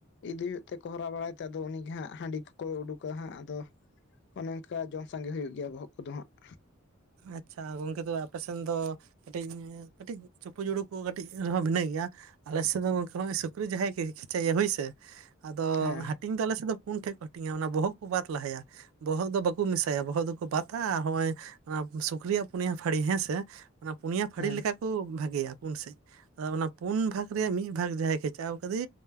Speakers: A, on the left; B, on the right.
A: ᱤᱫᱤ ᱦᱩᱭᱩᱜ ᱛᱮᱠᱚ ᱦᱚᱨᱟ ᱵᱟᱲᱟᱭ ᱛᱮ ᱟᱫᱚ ᱩᱱᱤᱜᱮ ᱦᱟᱸᱜ ᱦᱟᱸᱰᱤ ᱠᱚᱠᱚ ᱩᱰᱩᱠᱟ ᱦᱟᱸᱜ, ᱟᱫᱚ ᱚᱱᱮ ᱚᱱᱠᱟ ᱡᱚᱢ ᱥᱟᱸᱜᱮ ᱦᱩᱭᱩᱜ ᱜᱮᱭᱟ ᱵᱚᱦᱚᱜ ᱠᱚᱫᱚ ᱦᱟᱸᱜ ᱾
B: ᱟᱪᱪᱷᱟ ᱜᱚᱝᱠᱮ ᱛᱚ ᱟᱯᱮᱥᱮᱱ ᱫᱚ ᱠᱟᱹᱴᱤᱧ ᱠᱟᱹᱴᱤᱡ ᱪᱩᱯᱩᱡᱩᱲᱩ ᱠᱚ ᱦᱚᱸ ᱠᱟᱹᱴᱤᱡ ᱵᱷᱤᱱᱟᱹ ᱜᱮᱭᱟ᱾ ᱟᱞᱮ ᱥᱮᱫ ᱫᱚ ᱜᱚᱝᱠᱮ ᱥᱩᱠᱨᱤ ᱡᱟᱦᱟᱸᱭ ᱜᱮ ᱠᱷᱮᱸᱪᱟᱭᱟᱭ ᱦᱳᱭᱥᱮ ᱟᱫᱚ
A: ᱦᱮᱸ
B: ᱦᱟᱹᱴᱤᱧ ᱫᱚ ᱟᱞᱮᱥᱮᱫ ᱫᱚ ᱯᱩᱱ ᱴᱷᱮᱱ ᱠᱚ ᱦᱟᱹᱴᱤᱧᱟ ᱚᱱᱟ ᱵᱚᱦᱚᱜ ᱠᱚ ᱵᱟᱫ ᱞᱟᱦᱟᱭᱟ ᱾ ᱵᱚᱦᱚᱜ ᱫᱚ ᱵᱟᱠᱚ ᱢᱮᱥᱟᱭᱟ ᱵᱚᱦᱚᱜ ᱫᱚᱠᱚ ᱵᱟᱛᱟ ᱦᱚᱸᱜᱼᱚᱭ ᱚᱱᱟ ᱥᱩᱠᱨᱤᱭᱟᱜ ᱯᱩᱱᱭᱟ ᱯᱷᱟᱲᱤ ᱦᱮᱸᱥᱮ ᱚᱱᱟ ᱯᱩᱱᱭᱟ ᱯᱷᱟᱲᱤ
A: ᱦᱮᱸ
B: ᱞᱮᱠᱟ ᱠᱚ ᱵᱷᱟᱜᱮᱭᱟ ᱯᱩᱱ ᱥᱮᱫ ᱾ ᱟᱫᱚ ᱚᱱᱟ ᱯᱩᱱ ᱵᱷᱟᱜᱽ ᱨᱮᱭᱟᱜ ᱢᱤᱫ ᱵᱷᱟᱜᱽ ᱡᱟᱦᱟᱸᱭ ᱠᱷᱮᱪᱟᱣ ᱠᱟᱫᱮ